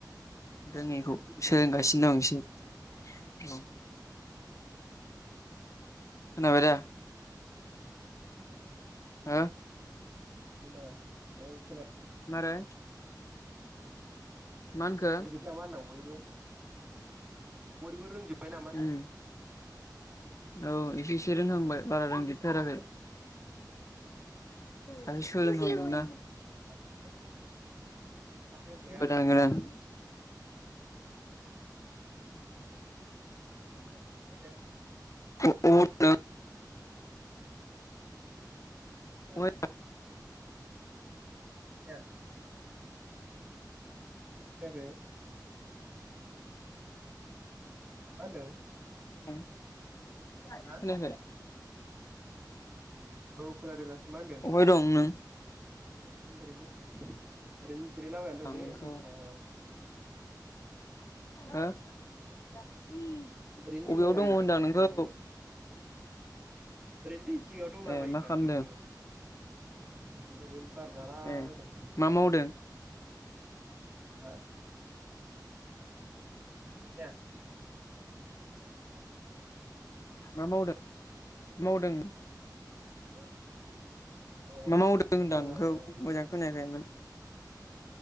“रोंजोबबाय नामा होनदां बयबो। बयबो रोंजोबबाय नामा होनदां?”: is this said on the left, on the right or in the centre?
Right